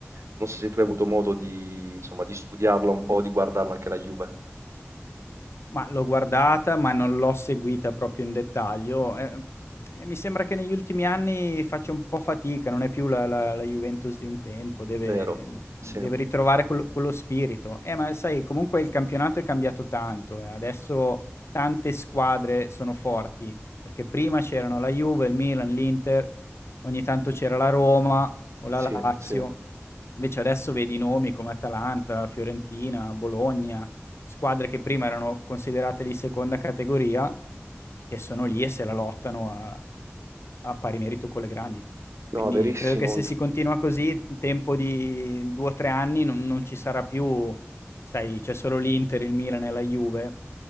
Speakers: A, on the right (about 75°); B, on the left (about 65°).
A: Non so se tu hai avuto modo di, insomma, di studiarla un po', di guardarla anche la Juve.
B: Ma l'ho guardata, ma non l'ho seguita proprio in dettaglio. E, e mi sembra che negli ultimi anni faccia un po' fatica, non è più la, la- la Juventus di un tempo, deve,
A: Vero, sì,
B: deve ritrovare quel- quello spirito. Eh, ma sai, comunque il campionato è cambiato tanto, eh. Adesso tante squadre sono forti, perché prima c'erano la Juve, il Milan, l'Inter, ogni tanto c'era la Roma o la
A: sì,
B: Lazio.
A: sì.
B: Invece adesso vedi nomi come Atalanta, Fiorentina, Bologna, squadre che prima erano considerate di seconda categoria che sono lì e se la lottano a, a pari merito con le grandi. Quindi
A: No, verissimo.
B: credo che se si continua così, in tempo di due o tre anni non, non ci sarà più, sai, c'è solo l'Inter, il Milan e la Juve,